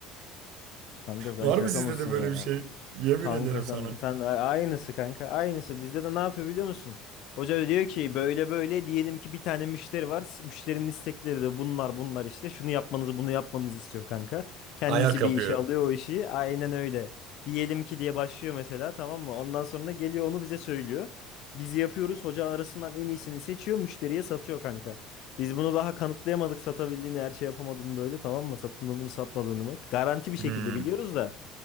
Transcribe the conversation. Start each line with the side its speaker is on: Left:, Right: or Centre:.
Left: Kanka sen
Right: Var
Left: şaka
Right: mı sizde
Left: mısın
Right: de böyle
Left: ya?
Right: bir şey? Yemin
Left: Kanka
Right: ederim sana.
Left: sen sen a- aynısı kanka aynısı bizde de ne yapıyor biliyor musun? Hoca diyor ki böyle böyle diyelim ki bir tane müşteri var. S- Müşterinin istekleri de bunlar bunlar işte. Şunu yapmanızı bunu yapmanızı istiyor kanka. Kendisi
Right: Ayak yapıyor.
Left: bir işe alıyor o işi. Aynen öyle. Diyelim ki diye başlıyor mesela tamam mı? Ondan sonra geliyor onu bize söylüyor. Biz yapıyoruz. Hoca arasından en iyisini seçiyor. Müşteriye satıyor kanka. Biz bunu daha kanıtlayamadık satabildiğini her şey yapamadığını böyle tamam mı? Sattığını mı satmadığını mı? Garanti bir
Right: Hmm.
Left: şekilde biliyoruz da.